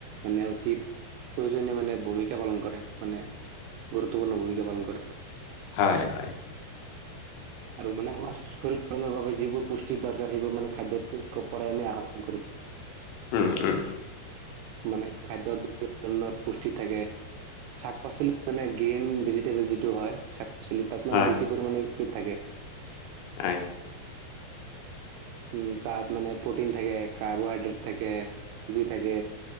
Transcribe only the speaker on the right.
মানে অতি প্ৰয়োজনীয় মানে ভূমিকা পালন কৰে মানে গুৰুত্বপূৰ্ণ ভূমিকা পালন কৰে।
আৰু মানে আমাৰ শৰীৰনৰ বাবে যিবোৰ পুষ্টিৰ দৰকাৰ সেইবোৰ মানে খাদ্য পৰাই আমি আহৰণ কৰোঁ। <inaudible>
মানে খাদ্য পুষ্টি থাকে শাক পাচলি মানে গ্ৰীন ভেজিটেবল যিটো হয় পাচলিত তাত মানে
বেছি পৰিমাণে <unintelligible> থাকে।
উম তাত মানে প্ৰটিন থাকে কাৰ্বোহাইড্ৰেট থাকে। <unintelligible> থাকে।